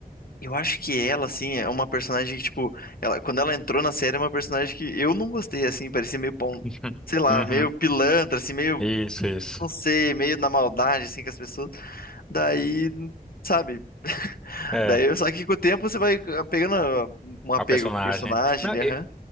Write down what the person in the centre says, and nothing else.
<laughs>
Uhum.
Isso, isso.
É,
a personagem.
Não,
eu,